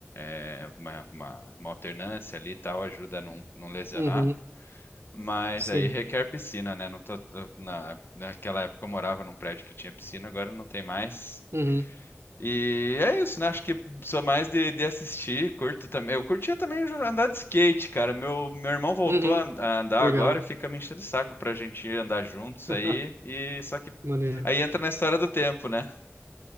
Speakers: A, on the left; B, on the right.
A: é, uma, uma, uma alternância ali e tal, ajuda a não, não lesionar.
B: Uhum,
A: Mas
B: sim.
A: aí requer piscina, né? Não tô, tô- na, naquela época eu morava num prédio que tinha piscina, agora não tem mais.
B: Uhum,
A: E é isso, né? Acho que sou mais de, de assistir, curto também. Eu curtia também andar de skate, cara. Meu, meu irmão voltou
B: uhum,
A: a, an- a andar
B: legal.
A: agora e fica me enchendo o saco pra gente ir andar juntos
B: <laughs>
A: aí. E só que
B: Maneiro.
A: aí entra na história do tempo, né?